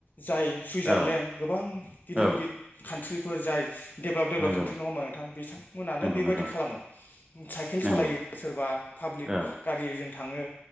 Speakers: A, on the left; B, on the right.
A: जाय सुइजारलेण्ड
B: औ
A: गोबां गिदिर
B: औ
A: गिदिर कान्ट्रिफोर जाय डेभेलप डेभेलप
B: नंगौ
A: कान्ट्रि नङा होना नोंथां बिथांमोनानो
B: नंगौ
A: बेबायदि
B: नंगौ
A: खालामो साइकेल
B: नंगौ
A: सालायो सोरबा पाब्लिक
B: औ
A: गारिजों थाङो